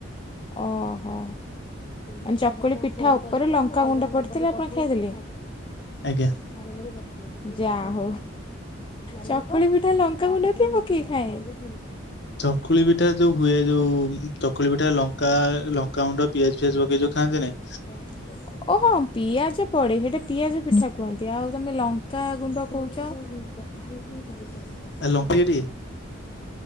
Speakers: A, on the left; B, on the left.
A: ଓହୋ, ମାନେ ଚକୁଳି ପିଠା ଉପରେ ଲଙ୍କା ଗୁଣ୍ଡ ପଡି ଥିଲେ ଆପଣ ଖାଇଦେଲେ?
B: ଆଜ୍ଞା।
A: <unintelligible> ଯା ହଉ, ଚକୁଳି ପିଠାଲେ ଲଙ୍କାଗୁଣ୍ଡ କିଏ ପକେଇକି ଖାଏ।
B: ଚକୁଳି ପିଠା ଯୋଉ ହୁଏ ଯୋଉ ଚକୁଳି ପିଠା ଲ ଙ୍କା ଲଙ୍କା ଗୁଣ୍ଡ ପିଆଜ ଫିଆଜ ପକେଇ ଯୋଉ ଖାଆନ୍ତିନେଇ
A: <unintelligible> ଓ ହଁ ପିଆଜ ପଡ଼େ ସେଇଟା ପିଆଜ ପିଠା କୁହନ୍ତି ଆଉ ତମେ ଲଙ୍କାଗୁଣ୍ଡ କହୁଚ। ହଁ ମୁଁ କଥା ହେଇକି ଟାଇମ୍ ପାସ୍ କର
B: ଆ ଲମ୍ପି ଏଇଠି।